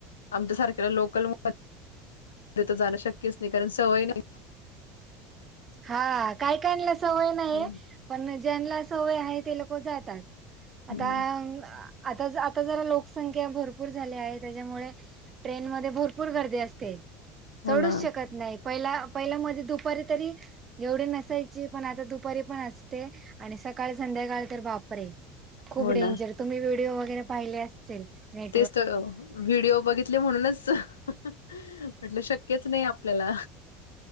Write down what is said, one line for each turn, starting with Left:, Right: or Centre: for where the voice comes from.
Left: आमच्या सारख्याला लोकल तर जाणं शक्यच नाही कारण सवय नाही‌.
Right: हा काही काला सवय नाही
Left: हम्म,
Right: पण ज्यांना सवय आहे ते लोक जातात. आता
Left: हम्म.
Right: आता आता जरा लोकसंख्या भरपूर झाली आहे त्याच्यामुळे ट्रेन मध्ये भरपूर गर्दी असते
Left: हो
Right: चढूच
Left: ना
Right: शकत नाही पहिला पहिला मध्ये दुप तरी एवढी नसायची पण आता दुपारी पण असते. आणि सकाळी संध्याकाळ तर बापरे खूप
Left: हो
Right: डेंजर
Left: ना
Right: तुम्ही व्हिडिओ वगैरे पाहिले अस ल नाही‌
Left: तेच तर व्हिडिओ बघितले म्हणूनच म्हटलं शक्यच नाही आप आपल्याला.